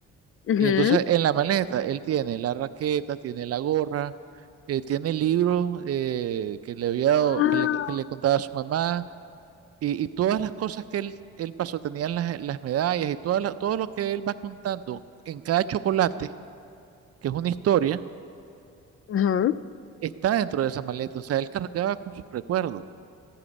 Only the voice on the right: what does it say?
Y entonces en la maleta él tiene la raqueta, tiene la gorra, eh, tiene libros eh, que le había dado-
que le, que le contaba a su mamá y, y todas las cosas que él, él pasó, tenían las, las medallas y todas las- todo lo que él va contando en cada chocolate, que es una historia,
está dentro de esa maleta. O sea, él cargaba con sus recuerdos.